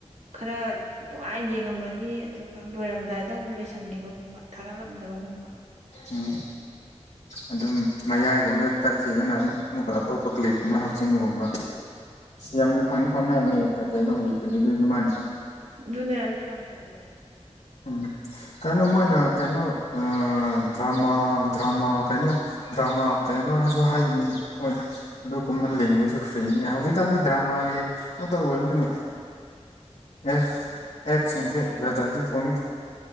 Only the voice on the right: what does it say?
ꯈꯔ ꯅꯨꯡꯉꯥꯏꯅ ꯌꯦꯡꯉꯝꯃꯅꯤ ꯑꯗꯨꯒ ꯂꯣꯏꯔꯝꯗꯥꯏꯗ ꯑꯃꯨꯛ ꯂꯣꯏꯁꯤꯟꯈꯤꯕꯒꯨꯝꯕ ꯊꯥꯒꯠꯂꯝꯗꯕꯒꯨꯝꯕ
ꯑꯗꯨꯅꯦ ꯑꯗꯨ ꯌꯥꯝ ꯇꯜꯂꯦꯕ
ꯌꯥꯝ ꯂꯩꯕꯅꯦ